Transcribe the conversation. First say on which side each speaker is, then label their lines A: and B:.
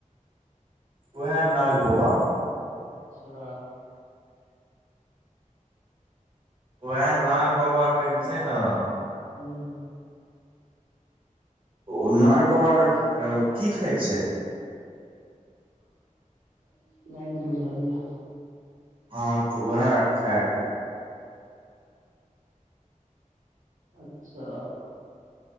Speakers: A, on the right (about 40°); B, on the right (about 75°).
A: उएह
B: हँ
A: नाग
B: हँ
A: बाबा।
B: अच्छा!
A: उएह नाग बाबाके जे छै ने।
B: हू -हू।
A: ओ नाग बाबाके की खाइत छै?
B: ह। नहि बुझल यऽ।
A: हँ तऽ उएह खा गेल।
B: अच्छा।